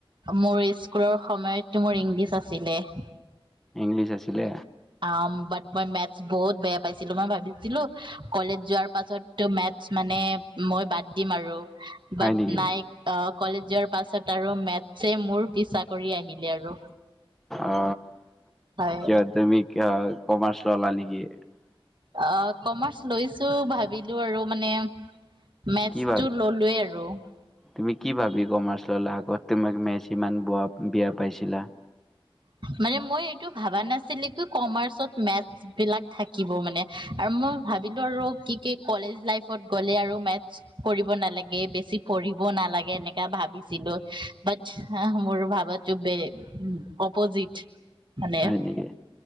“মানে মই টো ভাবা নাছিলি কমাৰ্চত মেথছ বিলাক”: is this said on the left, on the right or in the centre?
Right